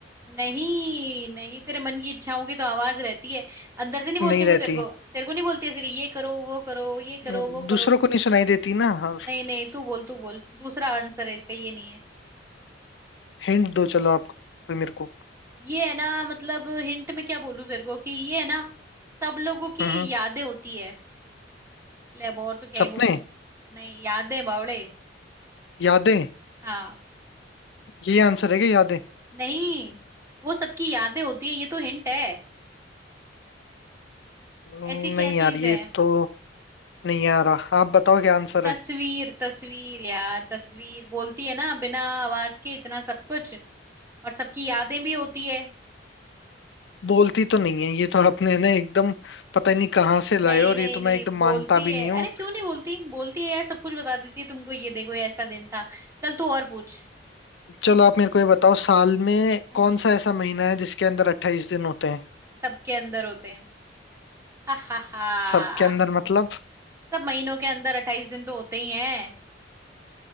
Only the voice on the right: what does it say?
नहीं नहीं तेरे मन की इच्छा होगी तो आवाज रहती है अंदर से नहीं बोलती
वो तेरे को तेरे को नहीं बोलती ऐसे कि ये करो वो करो ये करो
वो
करो
नहीं नहीं तू बोल तू बोल दूसरा आंसर है इसका ये नहीं है
ये है ना मतलब हिंट में क्या बोलूं तेरे को कि ये है ना सब लोगों की
यादें होती है ले और तो क्या
ही बोलूं नहीं यादें बावड़े
हाँ
नहीं वो सबकी यादें होती है ये तो हिंट है
ऐसी
क्या
चीज
है
तस्वीर
तस्वीर यार तस्वीर बोलती है ना बिना आवाज के इतना सब कुछ और सबकी यादें भी होती है
नहीं
नहीं
नहीं
बोलती
है
अरे क्यों नहीं बोलती बोलती है यार सब कुछ बता देती है तुमको ये देखो ये ऐसा दिन था चल तू और पूछ
हम्म
सबके अंदर होते हैं हा हा हा
सब महीनों के अंदर अट्ठाईस दिन तो होते ही हैं